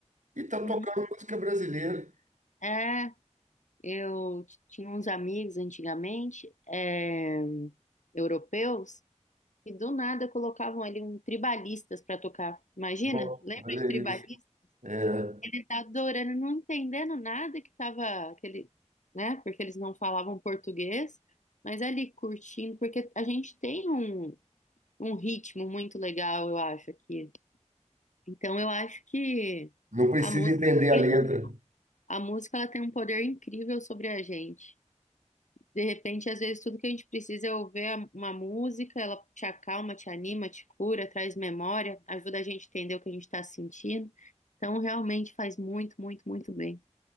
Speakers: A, on the right (about 80°); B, on the left (about 80°).
A: e tá
B: uhum.
A: tocando música brasileira.
B: É, eu t- tinha uns amigos antigamente, é, europeus, e do nada colocavam ali um tribalistas para tocar. Imagina?
A: Bom,
B: Lembra
A: Olha
B: de tribalistas?
A: isso. É,
B: Ele tá adorando, não entendendo nada que tava aquele, né? Porque eles não falavam português, mas ali curtindo, porque a gente tem um, um ritmo muito legal, eu acho, aqui. Então eu acho que
A: Não precisa
B: a música
A: entender
B: tem,
A: a letra.
B: a música ela tem um poder incrível sobre a gente. De repente, às vezes, tudo que a gente precisa é ouvir a- uma música, ela te acalma, te anima, te cura, traz memória, ajuda a gente a entender o que a gente está sentindo. Então, realmente faz muito, muito, muito bem.